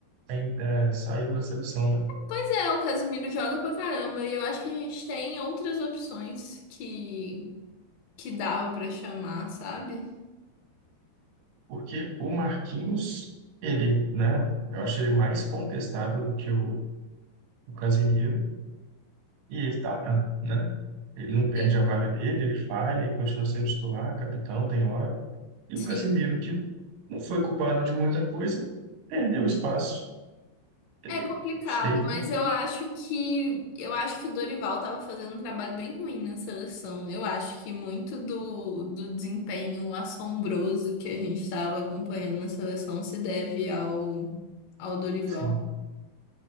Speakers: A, on the right (about 80°); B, on the left (about 70°).
A: hein, é, saiu da seleção, né?
B: Pois é, o Casemiro joga pra caramba e eu acho que a gente tem outras opções que que dava pra chamar, sabe?
A: Porque o Marquinhos, ele, né? Eu acho ele mais contestável do que o, o Casemiro, e ele tá lá, né? Ele não perde
B: Sim.
A: a vaga dele, ele falha e continua sendo titular, capitão, tem hora. E
B: Sim.
A: o Casemiro, que não foi culpado de muita coisa, perdeu espaço. Ele,
B: É complicado,
A: não sei,
B: mas
A: né?
B: eu acho que eu acho que o Dorival estava fazendo um trabalho bem ruim na seleção. Eu acho que muito do, do desempenho assombroso que a gente estava acompanhando na seleção se deve ao, ao Dorival.
A: Sim.